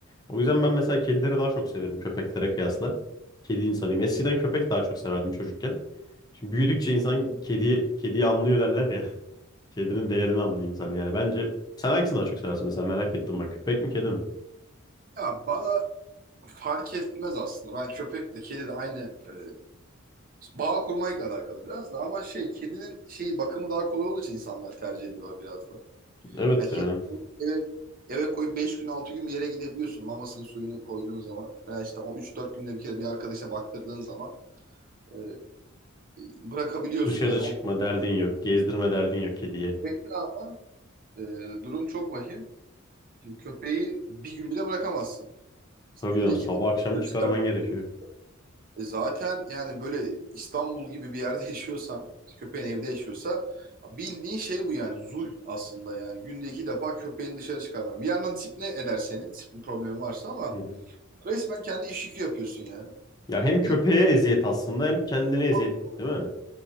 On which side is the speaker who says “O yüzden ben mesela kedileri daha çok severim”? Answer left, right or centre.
Left